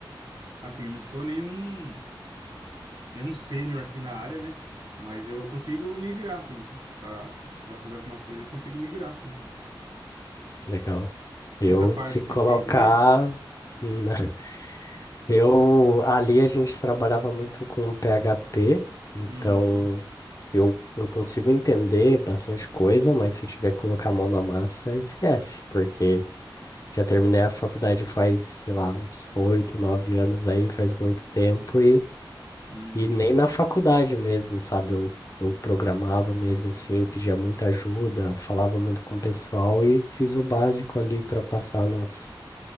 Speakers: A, on the right; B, on the left.
A: Assim, eu não sou nenhum, nenhum sênior assim na área, né? Mas eu consigo me virar, assim. Pra, se precisar fazer alguma coisa, eu consigo me virar, assim.
B: Legal. Eu
A: Essa parte
B: se colocar,
A: você entende bem?
B: né? <laughs> eu ali a gente trabalhava muito com PHP, então
A: Uhum,
B: eu, eu consigo entender bastante coisa, mas se eu tiver que colocar a mão na massa, esquece, porque já terminei a faculdade faz, sei lá, uns oito, nove anos aí, faz muito tempo
A: uhum,
B: E nem na faculdade mesmo, sabe? Eu, eu programava mesmo assim, pedia muita ajuda, falava muito com o pessoal e fiz o básico ali para passar nas,